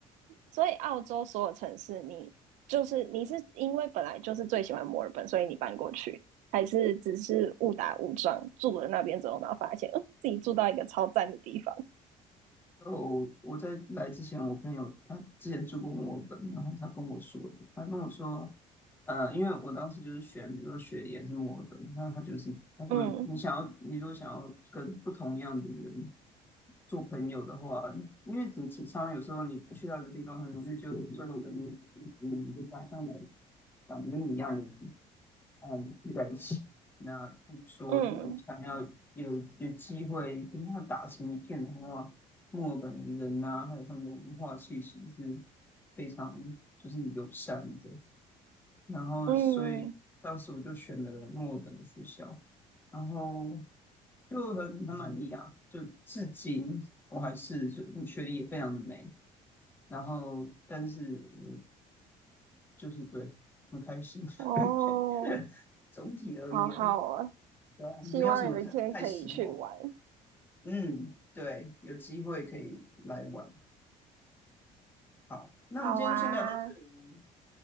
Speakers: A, on the right; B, on the left.
A: 所以澳洲所有城市你，就是你是因为本来就是最喜欢墨尔本，所以你搬过去，还是只是误打误撞住了那边之后，然后发现，嗯，自己住到一个超赞的地方。
B: 哦，我我在来之前，我朋友他之前住过墨尔本，然后他跟我说的，他跟我说，呃，因为我当时就是选，比如说雪梨还是墨尔本，那他就是他说你你想要，
A: 嗯
B: 你如果想要跟不同样的人做朋友的话，因为你常常有时候你去到一个地方，很容易就做成跟嗯，你嗯家乡的，长得跟你一样的人，嗯，聚在一起。那他们说，
A: 嗯
B: 如果你想要有有机会跟他打成一片的话，墨尔本人呐、还有他们的文化气息是非常就是友善的。然后，
A: 嗯，
B: 所以当时我就选了墨尔本的学校，然后就很很满意啊。就至今我还是就学历也非常的美，然后但是我就是对很开心，<laughs>
A: 哦，
B: 很开总体而言。
A: 好好啊，
B: 对啊没有什么太太失望。
A: 希望有一天可以去玩。
B: 嗯，对，有机会可以来玩。好，那我们今天就先聊到这里喽。
A: 好啊，